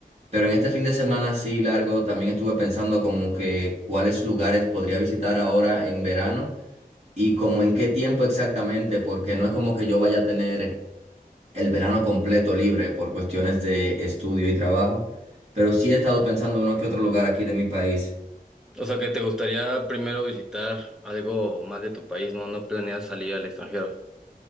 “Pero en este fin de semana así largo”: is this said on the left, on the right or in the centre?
Right